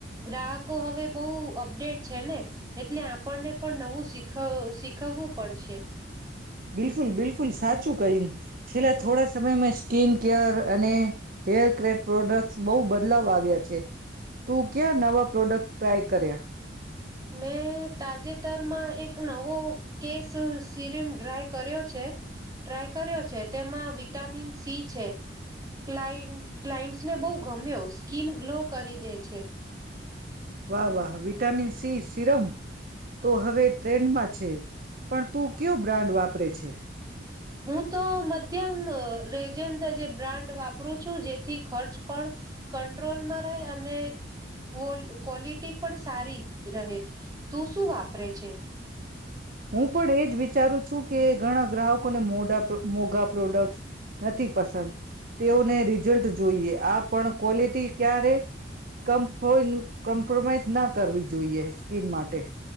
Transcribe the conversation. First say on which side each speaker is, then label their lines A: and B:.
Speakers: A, on the right (about 20°); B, on the right (about 55°).
A: ગ્રાહકો હવે બહુ અપડેટ છે ને એટલે આપણને પણ નવું શીખ શીખવવું પડશે.
B: બિલકુલ બિલકુલ સાચું કહ્યું. છેલ્લે થોડા સમય <unintelligible> કીન કેર અને હેર ક્રેટ પ્રોડક્ટ્સ બહુ બદલાવ આવ્યા છે. તું ક્યાં નવા પ્રોડક્ટ ટ્રાય કર્યા?
A: મેં તાજેતરમાં એક નવો કેસ સિરીમ ડ્રાય કર્યો છે ટ્રાય કર્યો છે તેમાં વિટામિન સી છે ક્લાય ક્લાયન્ટસને બહુ ગમ્યો સ્કીિન ગ્લો કરી દે છે.
B: વાહ વાહ વિટામિન્સ સિ સિરમ. તો હવે ટ્રેન્ડમાં છે પણ તું કયો બ્રાન્ડ વાપ પરે છે.
A: હું તો મધ્યમ અ રેજન્ટ જે બ્રાન્ડ વાપરું છું જેથી ખર્ચ પણ કંટ્રોલમાં રહે અને કવો ક્વોલિટી પણ સારી રહે. તું શું વાપરે છે?
B: હું પણ એજ વિચારું છું. કે ઘણા ગ્રાહકોને મોઢા મોઘા પ્રોડક્ટ્સ નથી પસંદ તેઓને રિઝલ્ટ જોઈએ આ પણ ક્વોલિટી ક્યાં રે કમ્ <unintelligible> કોમ્પ્રોમાઈઝ ના કરવી જોઈએ સ્કીન માટે.